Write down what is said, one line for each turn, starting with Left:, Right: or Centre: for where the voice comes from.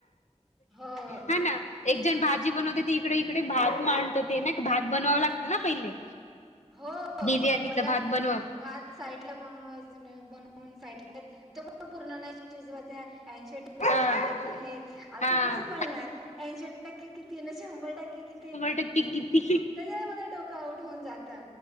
Centre: हो
Left: हा ना. एक जण भाजी बनवते, ती इकडे इकडे भात मांडत ते ना भात बनवावं लागतं ना पहिले.
Centre: हो
Left: बिर्याणीचा
Centre: पहिलाच
Left: भात बनव
Centre: भात साईडला- बनवायचा नाही, बनवून साइडला <unintelligible> काय करत्यात तो पण पूर्ण नाही शिजवायचा ऐंशी टक्के- टक्के
Left: हा
Centre: शिजवायचं आहे, आता
Left: हा
Centre: ते कसं कळणार? ऐंशी टक्के किती आणि शंभर टक्के किती?
Left: नक्की किती शि-
Centre: त्यांच्यामुळे माझं डोकं आउट होऊन जातं.